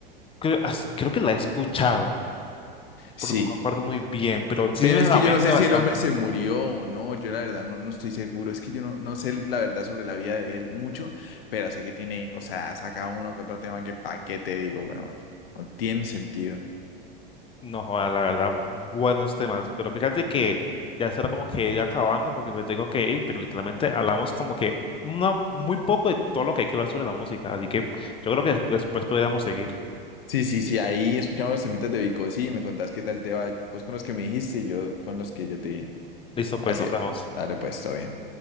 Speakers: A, on the left (about 20°); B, on the left (about 75°).
A: creo, as- creo que la he escuchado.
B: Sí,
A: pero no me acuerdo muy bien, pero sí
B: pero
A: me viene
B: es
A: a
B: que
A: la mente
B: yo no sé
A: bastante.
B: si el hombre se murió o no, yo la verdad no, no estoy seguro. Es que yo no, no sé la verdad sobre la vida de él mucho, pero sé que tiene, o sea, saca uno con otro tema que pa' qué te digo, bueno, no tiene sentido.
A: No, joda, la verdad, buenos temas. Pero fíjate que ya será como que ir acabando porque me tengo que ir, pero literalmente hablamos como que una, muy poco de todo lo que hay que hablar sobre la música. Así que yo creo que después podríamos seguir.
B: Sí, sí, sí, ahí escuchamos los temitas de Vico, sí, me contás qué tal te va, vos con los que me dijiste y yo con los que yo te dije.
A: Listo,
B: Así
A: pues nos
B: es,
A: vemos.
B: dale pues, está bien.